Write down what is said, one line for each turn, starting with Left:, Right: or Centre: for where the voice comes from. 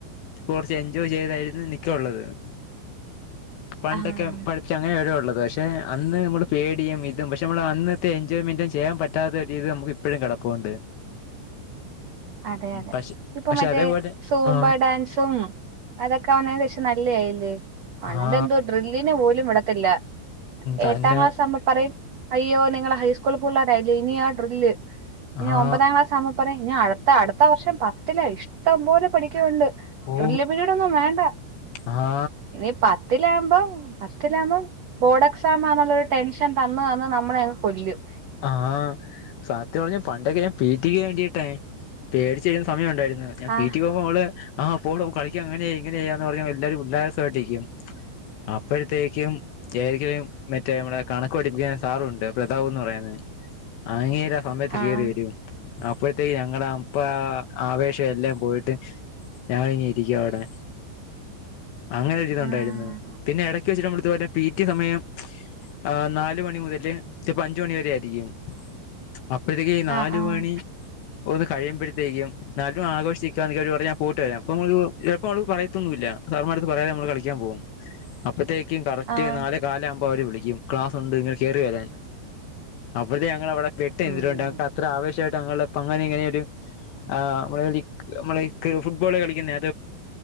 Left: കൊർച്ച് എൻജോയ് ചെയ്തായിരുന്നു നിക്കള്ളത് പണ്ടൊക്കെ
Right: ആഹ്
Left: പഠിച്ച അങ്ങനെ വരെള്ളത് പക്ഷെ അന്ന് നമ്മള് പേടിയും വി <unintelligible> പക്ഷെനമ്മൾ അന്നത്തെ എൻജോയ്മെന്റും ചെയ്യാൻ പറ്റാത്ത ഒരു രീതി നമുക്ക്പ്പഴും കെടപ്പുണ്ട്
Right: അതെ അതെ
Left: പക്ഷെ
Right: ഇപ്പൊ
Left: പക്ഷെ
Right: മറ്റേ
Left: അതേപോലെ
Right: സൂമ്പ
Left: ആ
Right: ഡാൻസും അതൊക്കെ വന്നതിന് ശേഷം നല്ല ആയില്ലേ <unintelligible>
Left: ആ
Right: ഡ്രില്ലിന് പോലും വിടത്തില്ല
Left: തന്നെ
Right: എട്ടാം ക്ലാസ് ആവുമ്പ പറയും അയ്യോ നിങ്ങളെ ഹൈസ്കൂള് പിള്ളേരായില്ലോ ഇനിയ ആ ഡ്രില്ല് ഇനി
Left: ആ
Right: ഒമ്പതാം ക്ലാസ് ആകുമ്പോ പറിം ഇനി അടുത്ത അടുത്ത വർഷം പത്തില ഇഷ്ടം പോലെ പഠിക്കവുണ്ട്
Left: ഓ
Right: ത്രില്ല് പിരീഡ് ഒന്നും വേണ്ട
Left: ആ
Right: ഇനി പത്തിലാകുമ്പോ പത്തിലുമ്പോ ബോർഡ് എക്സാം ആണെള്ളുരു ടെൻഷൻ തന്ന നമ്മളെ അങ്ങ് കൊല്ലും
Left: ആഹ് സത്യം പർഞ്ഞ പണ്ടൊക്കെ ഞാൻ പീറ്റിക്ക് വേണ്ടിട്ടേ പേടിച്ചെഴുതുന്ന സമയ ഉണ്ടായിരുന്നു ഞാൻ പിടി
Right: ആഹ്
Left: പോകുമ്പോൾ നമ്മള് ആ പ്പോ കളിക്കാ അങ്ങനെയങ്ങനെയ്യാന്ന് പർഞ്ഞ് എല്ലാരും ഉല്ലാസായിട്ടിരിക്കും. അപ്പോഴത്തേക്കും എരിക്കലും മറ്റേ നമ്മടെ കണക്ക് പടിപ്പിക്കാൻ സാറുണ്ട് <unintelligible> പറയുന്നത് അങ്ങേര സമയത്ത്
Right: ആഹ്
Left: കയറി വെരും അപ്പോഴത്തേക്ക് ഞങ്ങടെ അപ്പ ആവേശം എല്ലാം പോയിട്ട് ഞങ്ങിനി ഇരിക്ക അവടെ അങ്ങനെ ഒരു ജീവിതണ്ടായിരുന്നു
Right: ആഹ്
Left: പിന്നെ എടക്ക് വെച്ചി് നമ്മളിത് വരെ പി ടി സമയം ആഹ് നാല് മണി മുതല് ചെൽപ്പ അഞ്ച് മണി വരെ ആയി യും അപ്പോഴത്തേക്ക് നാല്
Right: ആഹ് ആഹ്
Left: മണി ഒന്ന് കഴിയുമ്പോഴത്തേക്കും എന്നാലും ആഘോഷിക്കാന്ന് കി പറഞ്ഞ ഞാൻ പോയിട്ട് വരാം അപ്പൊ എപ്പോം അത് പറയത്തൊന്നുല്ല സാർമാടുത്ത് പറയാതെ നമ്മള് കളിക്കാൻ പോകും അപ്പഴത്തേക്കും കറക്റ്റ്
Right: ആഹ്
Left: നാല് കാലാവുമ്പോ അവര് വിളിക്കും ക്ലാസ് ഉണ്ട് നിങ്ങൾ കേറി വരാൻ അപ്പോഴത്തെ ഞങ്ങൾ അവിടെ പെട്ട് എട്ടുണ്ട്
Right: ഉം
Left: ഞക്ക് അത്ര ആവശ്യമായിട്ട് അങ്ങനെ ഇങ്ങനെ ഒരു <unintelligible> നമ്മൾ ഫുട്ബോള കളിക്കുന്ന